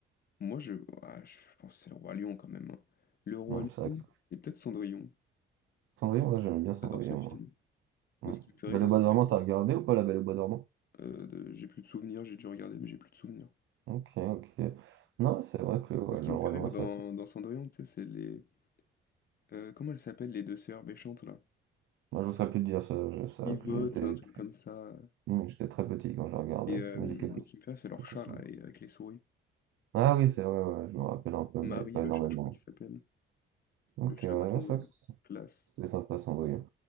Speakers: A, on the left; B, on the right.
A: moi, je, ah, je pense que c'est le Roi Lion quand même. hein. Le Roi
B: Non,
A: Lion
B: c'est vrai que ça.
A: et peut-être Cendrillon.
B: Cendrillon, ouais, j'aime bien Cendrillon,
A: J'adore ce film.
B: moi. Hmm.
A: Moi, ce qui me fait
B: Belle
A: rire dans
B: au bois
A: Cendrillon,
B: dormant, t'as regardé ou pas la Belle au bois dormant?
A: euh, de- j'ai plus de souvenirs, j'ai dû regarder, mais j'ai plus de souvenirs.
B: Ok, ok. Non, c'est vrai que ouais,
A: Moi, ce
B: le
A: qui me
B: Roi
A: fait rire
B: Lion, ouais,
A: dans,
B: c'est vrai que c'est-
A: dans Cendrillon, tu sais, c'est les. euh, comment elles s'appellent, les deux sœurs méchantes, là?
B: Moi, je saurais plus te dire ça, je- ça,
A: Yvonne,
B: que j'étais
A: un truc comme ça.
B: hmm, j'étais très petit quand je regardais,
A: Et euh,
B: mais j'ai quelques,
A: ce qui me fait rire, c'est leur
B: quelques
A: chat,
B: souvenirs.
A: là, et avec les souris.
B: Ah oui, c'est vrai, ouais, je me rappelle un peu,
A: Marie,
B: mais pas
A: le
B: énormément.
A: chat, je crois qu'il s'appelle.
B: Ok,
A: Le chat
B: ouais,
A: blanc,
B: ça.
A: euh, classe.
B: C'est sympa, Cendrillon.